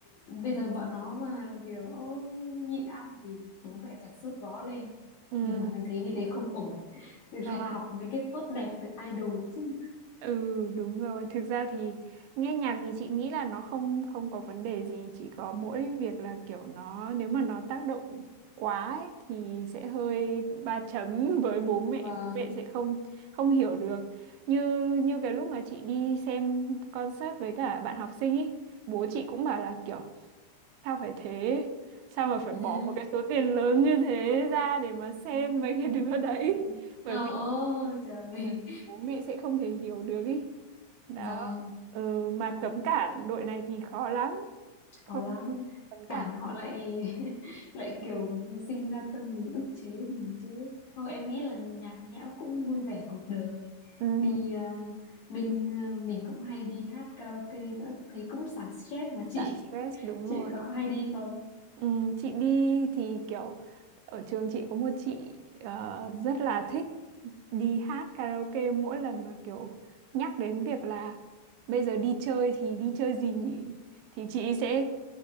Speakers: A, on the left; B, on the right.
A: bây giờ bọn nó mà kiểu "Ô, nhịn ăn thì bố mẹ chả sốt vó lên.
B: ừ,
A: Nhưng mà em thấy như
B: ừ,
A: thế không ổn.
B: ờ.
A: Phải học mấy cái tốt đẹp từ idol chứ.
B: Ừ đúng rồi, thực ra thì nghe nhạc thì chị nghĩ là nó không không có vấn đề gì, chỉ có mỗi việc là kiểu nó nếu mà nó tác động quá ấy, thì sẽ hơi ba chấm <laughs> với bố mẹ,
A: Vâng.
B: bố mẹ sẽ không không hiểu được. Như như cái lúc mà chị đi xem concert với cả bạn học sinh ấy, bố chị cũng bảo là kiểu sao phải thế, sao mà phải
A: <laughs>
B: bỏ một cái số tiền lớn như thế ra để mà xem
A: Ừm,
B: mấy cái đứa đấy.
A: ừ.
B: Bởi
A: Ờ
B: vì
A: ôi trời
B: bởi vì bố mẹ sẽ không thể hiểu được ý đó
A: <laughs> vâng
B: ừ, mà
A: khó,
B: cấm cản đội này thì khó lắm
A: khó
B: không
A: lắm
B: không cấm
A: cản
B: cản
A: họ lại <laughs> lại
B: ừ.
A: kiểu sinh ra tâm lý ức chế thì chết thôi em nghĩ là nhạc nhẽo cũng vui vẻ cuộc đời
B: Ừ,
A: đi à, bên à, mình cũng hay đi hát karaoke nữa thấy cũng xả stress mà chị
B: xả stress
A: <laughs>
B: đúng
A: chị
B: rồi
A: có hay đi không
B: ừ, chị đi thì kiểu ở trường chị có một chị ờ, rất là thích đi hát karaoke mỗi lần mà kiểu nhắc đến việc là bây giờ đi chơi thì đi chơi gì nhỉ thì chị sẽ